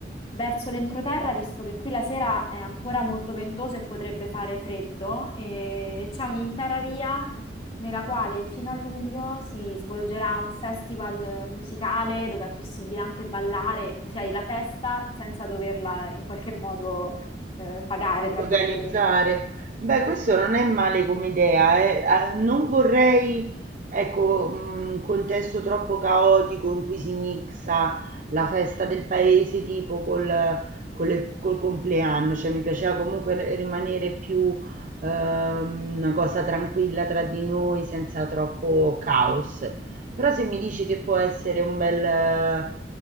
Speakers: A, on the left (about 35°); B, on the right (about 45°).
A: verso l'entroterra, visto che qui la sera è ancora molto ventoso e potrebbe fare freddo, e c'è un'intera via nella quale fino a luglio si svolgerà un festival musicale dove è possibile anche ballare, così hai la festa senza doverla in qualche modo eh, pagare, tra
B: Organizzare.
A: virgolette.
B: Beh, questo non è male come idea, eh. Ah, Non vorrei, ecco, mh, un contesto troppo caotico in cui si mixa la festa del paese tipo col, con le- col compleanno, cioè mi piaceva comunque rimanere più ehm, una cosa tranquilla tra di noi senza troppo caos. Però se mi dici che può essere un bel, eh,